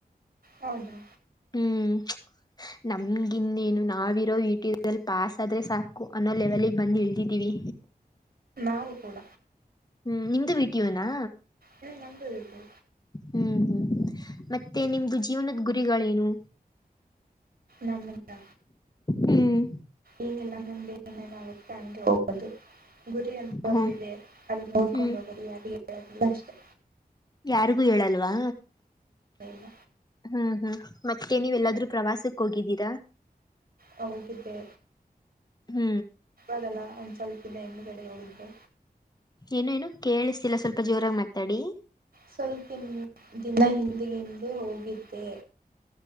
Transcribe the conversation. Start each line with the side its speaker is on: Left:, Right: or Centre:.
Right: ಹೌದಾ
Left: ಹ್ಮ್ ನಮಗಿನ್ನೇನು ನಾವಿರೋ ಈಟಿಲ್ಲಿ ಪಾಸ್ ಆದ್ರೆ ಸಾಕು ಅನ್ನೋ ಲೆವೆಲ್ಗ್ ಬಂದು್ ಹಳ್ತಿದ್ದೀವಿ
Right: ನಾವು ಕೂಡ
Left: ಹ್ಮ್ ನಿ ವೀಟಿಯೋನಾ
Right: ಹ್ಮ ನಮ್ದದು
Left: ಹ್ಮ್ ಹ್ಮ್ ಮತ್ತೆ ನಿಮ್ದು ಜೀವನದ ಗುರಿಗಳೇನು
Right: ನಮ್ಮದ
Left: ಹ್ಮ್
Right: ಏನಿಲ್ಲ ನಿಮ್ದು ಏನೇನಾಗುತ್ತೆ ಅನ್ಗೆ ಹೋಗೋದು ಗುರಿ ಅಂತ ಬಂದಿದೆ
Left: ಹ್ಮ
Right: ಅಲ್ಲಿ ನೋಡ್ಕೊಂಡು
Left: ಹ್ಮ್
Right: ಹೋಗರು ಯಾರಿಿಗೆ ಹೇಳದಿಲ್ಲ ಅಷ್ಟೆ
Left: ಯಾರಿಗೂ ಹೇಳಲ್ವಾ
Right: ಇಲ್ಲ
Left: ಹ್ಮ್ ಹ್ಮ್ ಮತ್ತೆ ನೀವೆ ಎಲ್ಲಾದೂ ಪ್ರವಾಸಕ್ ಹೋಗಿದ್ದೀರಾ
Right: ಹೋಗಿದ್ದೆ
Left: ಹ್ಮ್
Right: ಇದಲ್ಲಾ ಒಂದ್ ಸ್ವಲ್ಪಿನ ಹೆಣ್ಣುಗಡೆ ಹೋಗಿದ್ದೆ
Left: ಏನು ಏನು ಕೇಳಿಸ್ತಿಲ್ಲ ಸ್ವಲ್ಪ ಜೋರಾಗಿ ಮಾತಾಡಿ
Right: ಸ್ವಲ್ಪಿ ದಿನ ಹಿಂದೆ ಹಿಂದೆ ಹೋಗಿದ್ದೆ